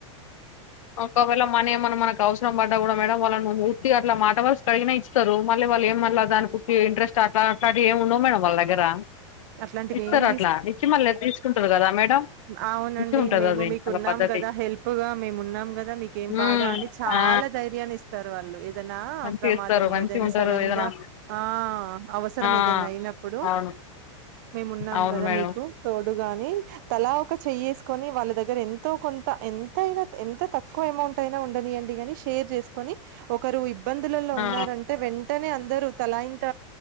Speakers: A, on the left (about 75°); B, on the right (about 35°).
A: ఒకవేళ మనీ ఏమన మనకు అవసరం పడ్డా గుడా మేడం వాళ్ళని ఉట్టిగా అట్లా మాట వర్సకడిగిన ఇస్తారు మళ్ళి వాళ్ళు ఏం మళ్ళా దానికుకే ఇంట్రెస్ట్ అట్లా అట్లాంటివి ఏమి ఉండవు మేడం వాళ్ళ దగ్గర
B: అట్లాంటివి
A: ఇస్తారట్లా
B: ఏం
A: ఇచ్చి మళ్ళ తీసుకుంటరు గదా మేడం
B: ఆవునండి
A: మంచిగా ఉంటది
B: మేము
A: అది
B: మీకు
A: వాళ్ళ
B: ఉన్నాం
A: పద్ధతి
B: కదా హెల్ప్ గా మేమున్నాం కదా మీకేం బాధా
A: ఉమ్
B: అని చాలా
A: ఆ
B: ధైర్యాన్ని ఇస్తారు వాళ్ళు దన్న
A: మంచిగా
B: ప్రమాదము
A: ఇస్తారు మంచిగా
B: ఏదైనా
A: ఉంటారు
B: సడన్
A: ఏదైనా
B: గా ఆ అవసరం
A: ఆ
B: ఏదైనా అయినప్పుడు
A: అవును
B: మేమున్నాం
A: అవును
B: కదా
A: మేడం
B: మీకు తోడుగా అని తలా ఒక చెయ్యేసుకొని వాళ్ళ దగ్గర ఎంతో కొంత ఎంతయినా ఎంత తక్కువ ఎ మౌంట్ అయి అయినా ఉండనియ్యండి గని షేర్ చేసుకొని ఒకరు ఇబ్బందులలో
A: ఆ
B: ఉన్నారంటే వెంటనే అందరూ తలాయింత